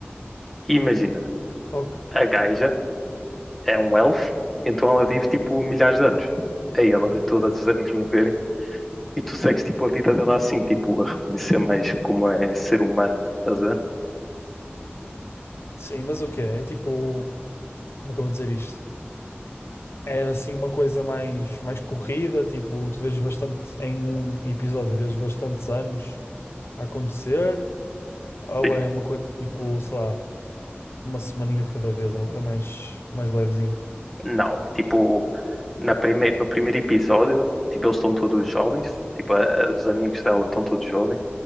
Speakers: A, in the centre; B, on the left (about 80°).
A: E imagina,
B: Ok.
A: a gaja é um elfo, então ela vive tipo milhares de anos. Aí ela vê todos os amigos morrerem e tu segues tipo a vida dela assim, tipo, a reconhecer mais como é ser humana, estás a ver?
B: Sim, mas o quê? É tipo. Como é que eu vou dizer isto? É assim uma coisa mais, mais corrida, tipo, tu vês bastante em um episódio, vês bastantes anos a acontecer, ou
A: Sim,
B: é uma coisa tipo, sei lá. uma semaninha de cada vez, é uma coisa mais, mais levezinha.
A: Não, tipo, na primeir, no primeiro episódio, tipo, eles estão todos jovens, tipo, a- a- os amigos dela estão todos jovens.